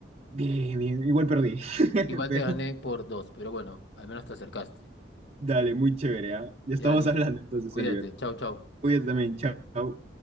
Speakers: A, on the right; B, on the left.
A: Bien, bien, igual perdí. <laughs>
B: Igual
A: Pero
B: te gané por dos, pero bueno, al menos te acercaste.
A: dale, muy chévere, ¿ah? Ya
B: Ya,
A: estamos
B: listo.
A: hablando entonces,
B: Cuídate.
A: Oliver.
B: Chau, chau.
A: Cuídate también, chao.